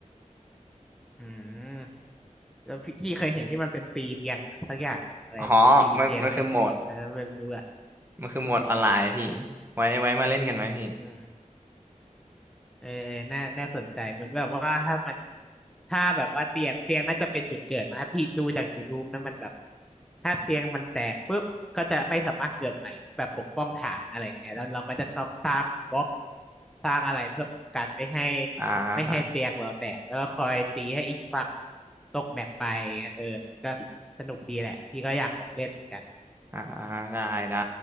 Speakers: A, in the centre; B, on the right.
A: อืมแล้วพี่พี่เคยเห็นที่มันเป็นตีเตียงสักอย่างอะไรตีเตียงแตกๆเออไม่รู้อะ
B: อ๋อมันมันคือโหมดมันคือโหมดออนไลน์พี่ไว้ไว้มาเล่นกันไหมพี่
A: อืม เออน่าน่าสนใจเหมือนแบบว่าถ้ามันถ้าแบบว่าเตียงเตียงน่าจะเป็นจุดเกิดนะครับพี่ดูจาก YouTube นะมันแบบถ้าเตียงมันแตกปุ๊บก็จะไม่สามารถเกิดใหม่เหมือนแบบปกป้องฐานอะไรอย่างเงี้ยแล้วเราก็จะต้องสร้างบล็อก สร้างอะไรเพื่อกันไม่ให้
B: อ่า
A: ไม่ให้เตียงเราแตก แล้วก็คอยตีให้อีกฝั่งตกแมปไปเงี้ยเออมันก็สนุกดีแหละ พี่ก็อยากลองเล่นเหมือนกัน
B: อ่าอ่าได้ได้